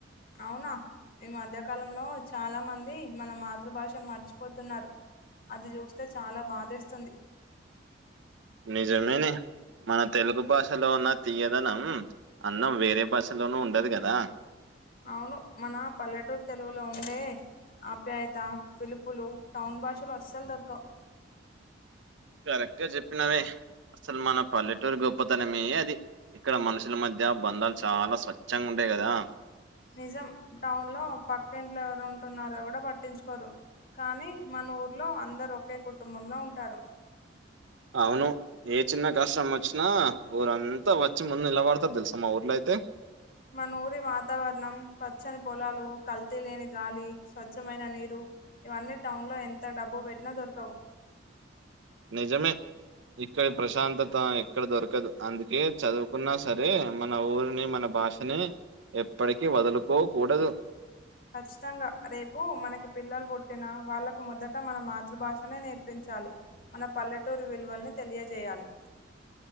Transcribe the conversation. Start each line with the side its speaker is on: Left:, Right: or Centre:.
Left: అవునా ఈ మధ్యకాలంలో చాలా మంది మన మాతృభాషను మర్చిపోతున్నారు అది జూస్తే చాలా బాధేస్తుంది
Right: నిజమేనె మన తెలుగు భాషలో ఉన్న తీయ్యదనం అన్నం వేరే భాషలోనూ ఉండదు గదా
Left: అవును మన పల్లెటూరు తెలుగులో ఉండే ఆప్యాయత పిలుపులు టౌన్ భాషలో అస్సల్ దొరకవ్
Right: కరెక్ట్ గా జొప్పినవే అస్సలు మన పల్లెటూరు గొప్పతనమే అది ఇక్కడ మనుషుల మధ్య బంధాలు చాలా స్వచ్ఛంగుండే గదా
Left: నిజం టౌన్ లో పక్క ఇంట్లొ ఎవరో ఉంటున్నారో గుడ బట్టించికోరు కానీ మన ఊర్లో అందరు ఒకే కుటుంబంలో ఉంటారు
Right: అవును ఏ చిన్న కష్ట మొచ్చినా ఊరంతా వొచ్చి ముందు నిలబడత దెల్సా మా ఊర్లో అయితే
Left: మన ఊరి వాతావరణం పచ్చని పొలాలు కల్తీ లేని గాలి స్వచ్ఛమైన నీరు ఇవన్నీ టౌన్ లో ఎంత డబ్బు వెట్నా దొరకవు
Right: నిజమే ఇక్కడి ప్రశాంతత ఎక్కడ దొరకదు అందుకే చదువుకున్నా సరే మన ఊరిని మన భాషని ఎప్పడికీ వదులుకోకూడదు
Left: ఖచ్చితంగా రేపు మనకి పిల్లలు బుట్టిన వాళ్ళకు మొదట మన మాతృభాషనే నేర్పిం చాలి మన పల్లెటూరు విలువల్ని తెలియజేయాలి